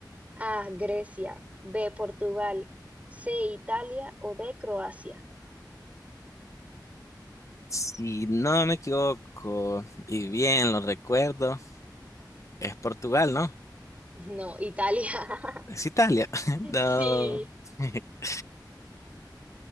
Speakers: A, on the right; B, on the left.
A: A, Grecia, B, Portugal, C, Italia o D, Croacia.
B: Si no me equivoco y bien lo recuerdo, es Portugal, ¿no?
A: No, Italia. <laughs>
B: Es Italia. <laughs> No.
A: Sí,
B: <laughs>